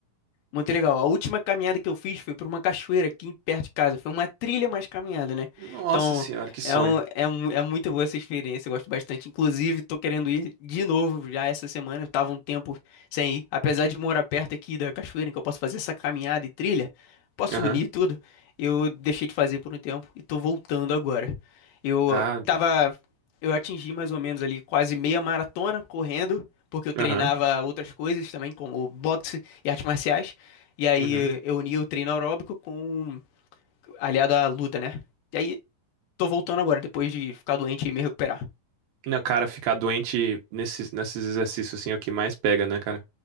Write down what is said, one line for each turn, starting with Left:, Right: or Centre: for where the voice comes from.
Left: Muito legal. A última caminhada que eu fiz foi por uma cachoeira aqui perto de casa. Foi uma trilha mais caminhada, né?
Right: Nossa
Left: Então,
Right: senhora, que sonho.
Left: é, um- é, um é muito boa essa experiência. Eu gosto bastante. Inclusive, tô querendo ir de novo já essa semana. Eu tava um tempo sem ir. Apesar de morar perto aqui da cachoeira, em que eu posso fazer essa caminhada e trilha, posso
Right: Aham,
Left: unir tudo. Eu deixei de fazer por um tempo e tô voltando agora. Eu
Right: tá.
Left: tava. Eu atingi mais ou menos ali quase meia maratona correndo, porque eu treinava
Right: Aham,
Left: outras coisas também, como boxe e artes marciais. E aí
Right: uhum.
Left: eu uni o treino aeróbico com aliado à luta, né? E aí tô voltando agora, depois de ficar doente e me recuperar.
Right: Não, cara, ficar doente nesses, nesses exercícios assim é o que mais pega, né, cara?